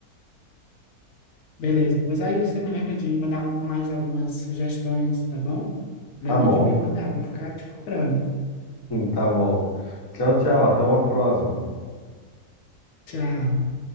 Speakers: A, on the left; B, on the left.
A: Beleza, pois aí você me lembra de mandar mais algumas sugestões, tá bom?
B: Tá
A: Lembra
B: bom,
A: de me mandar, vou ficar te cobrando.
B: tá bom. Tchau, tchau, até uma próxima.
A: Tchau.